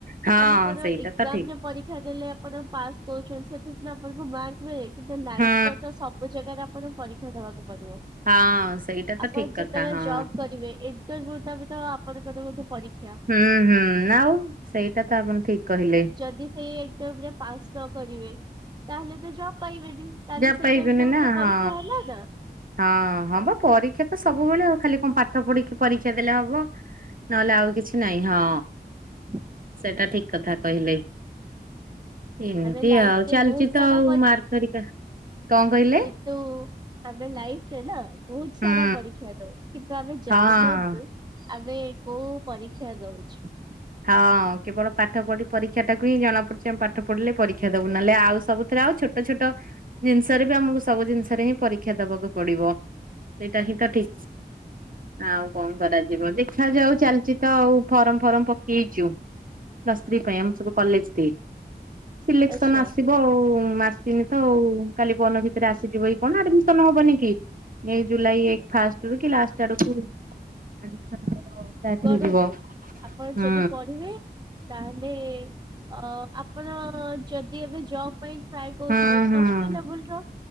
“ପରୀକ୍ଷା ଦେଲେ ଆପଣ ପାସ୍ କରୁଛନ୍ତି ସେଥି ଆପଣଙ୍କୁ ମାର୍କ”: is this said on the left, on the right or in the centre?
Right